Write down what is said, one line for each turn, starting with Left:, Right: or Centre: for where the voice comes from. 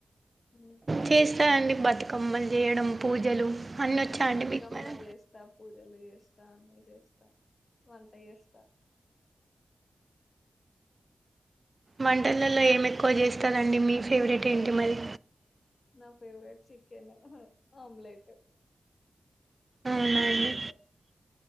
Left: ఉ
Right: చేస్తారండి బతుకమ్మలు చేయడం పూజలు అన్నీ
Left: ఉమ్
Right: వచ్చా అండి
Left: బతుకమ్మ
Right: మీకు మరి
Left: జేస్తా పూజలు చేస్తా అన్నీ చేస్తా వంట చేస్తా
Right: వంటలలో ఏమీ ఎక్కువ చేస్తారుండి మీ ఫేవరెట్ ఏంటి మరి
Left: నా ఫేవరేట్ చికెన్ ఆమ్లెట్
Right: అవునా
Left: ఎగ్ ఆమ్లెట్
Right: అండి